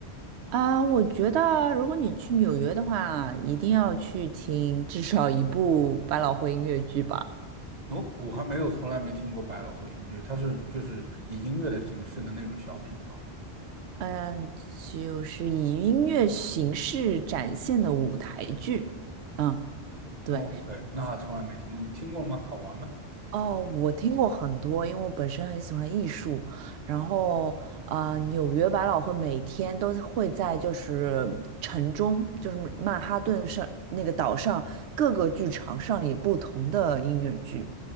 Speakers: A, on the right; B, on the right.
A: 啊，我觉得如果你去纽约的话，一定要去听至少一部百老汇音乐剧吧。
B: 哦，我还没有从来没听过百老汇音乐，它是就是以音乐的形式的那种小品吗
A: 嗯、就是以音乐形式展现的舞台剧。嗯，对，
B: 哦？OK，那还从来没听过，你听过吗？好玩吗？
A: 哦，我听过很多，因为我本身很喜欢艺术，然后呃，纽约百老汇每天都会在就是城中，就是曼哈顿上那个岛上各个剧场上演不同的音乐剧，